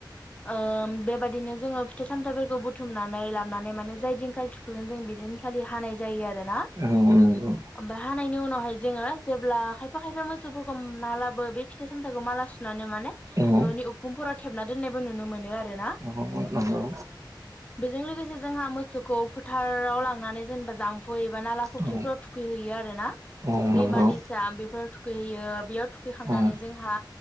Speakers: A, on the left (about 15°); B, on the right (about 40°).
A: ओम बेबायदिनो जोङो फिथाइ -सामथाइ फोर -खौ बुथुमनानै लाबानै माने जाय दिनखालि थुखगोन जों बिदिनखालि हानाय जायो आरो आरो ना
B: औ नंगौ
A: ओमफ्राय हानायनि उनावहाय जोङो जेब्ला खायफा खायफा मोसौफोरखौ मालाबो बे फिथाइ -सामथाइखौ माला सु नानै माने
B: औ
A: ननि उखुमफोराव खेबना दोननायबो नुनो मोनो आरो। आरो ना
B: औ नंगौ
A: बेजों लोगोसे जोंहा मोसौखौ फोथार फोराव लांनानै जेनेबा जाम्फु थुखैयोबा नाला फुख्रिफोराव
B: औ
A: थुखै हैैयो आरो ना
B: औ
A: दैमा
B: नंगौ
A: दैसा बेफोराव थुख खै हैयो बेयाव थुखै खांनानै
B: औ
A: ज जोंहा